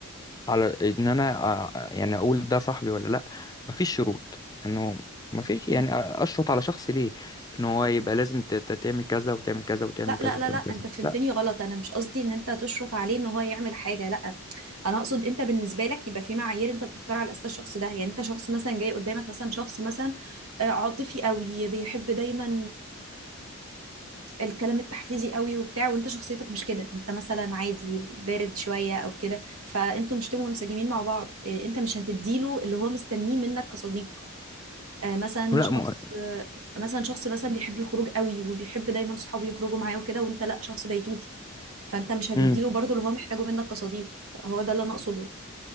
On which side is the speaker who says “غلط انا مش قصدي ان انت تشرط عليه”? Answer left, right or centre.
Right